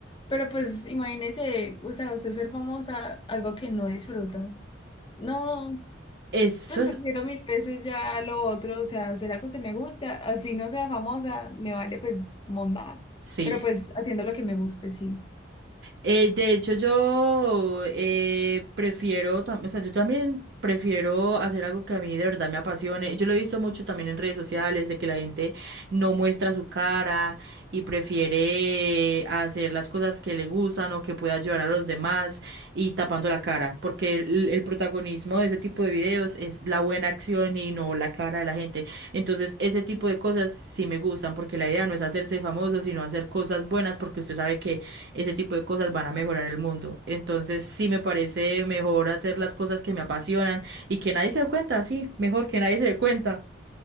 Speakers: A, on the left; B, on the right.
A: Pero pues imagínese, o sea, usted ser famosa, algo que no disfruta. No.
B: Eso
A: Pues
B: es,
A: prefiero mil veces ya lo otro, o sea, hacer algo que me gusta, así no sea famosa, me vale pues monda,
B: sí,
A: pero pues haciendo lo que me guste, sí.
B: Eh, de hecho, yo eh, prefiero, tam- o sea, yo también prefiero hacer algo que a mí de verdad me apasione. Yo lo he visto mucho también en redes sociales, de que la gente no muestra su cara y prefiere hacer las cosas que le gustan o que pueda ayudar a los demás y tapando la cara, porque el, el protagonismo de ese tipo de videos es la buena acción y no la cara de la gente. Entonces, ese tipo de cosas sí me gustan, porque la idea no es hacerse famoso, sino hacer cosas buenas, porque usted sabe que ese tipo de cosas van a mejorar el mundo. Entonces, sí me parece mejor hacer las cosas que me apasionan y que nadie se dé cuenta, sí, mejor que nadie se dé cuenta.